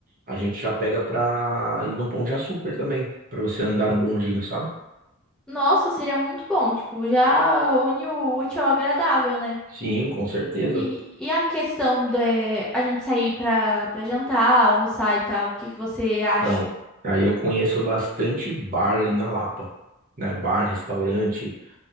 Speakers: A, on the right (about 40°); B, in the centre.
A: a gente já pega pra ir no Pão de Açúcar também, pra você andar no bondinho, sabe?
B: Nossa, seria muito bom, tipo, já une o útil ao agradável, né?
A: Sim, com certeza.
B: E, e a questão da a gente sair pra, pra jantar, almoçar e tal, o que que você acha?
A: Então, aí eu conheço bastante bar ali na Lapa, né? Bar, restaurante.